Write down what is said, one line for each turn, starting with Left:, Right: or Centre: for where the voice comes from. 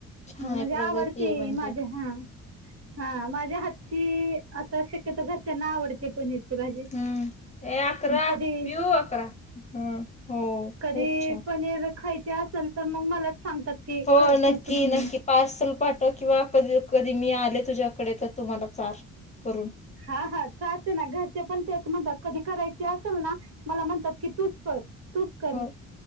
Left: छान
Right: म्हणजे
Left: आहे प्रगती
Right: आवडते
Left: आहे म्हणजे
Right: माझ्या हा हा माझ्या हातची आता शक्यतोर घरच्यांना आवडते पनीर
Left: हम्म. ए अकरा
Right: कधी
Left: पिऊ अकरा. हम्म हो
Right: कधी
Left: खूप छान.
Right: प खायचे असेल तर मग मलाच सांगतात की
Left: हो
Right: करतोच
Left: नक्की
Right: म्हणून
Left: नक्की पार्सल पाठव किंवा कधी कधी मी आले तुझ्याकडे तर तुम्हाला चार करून
Right: हा हा चाहते ना घरचे पण तेच म्हणतात कधी करायचे असेल ना मला म्हणतात की तूच कर तूच कर
Left: हो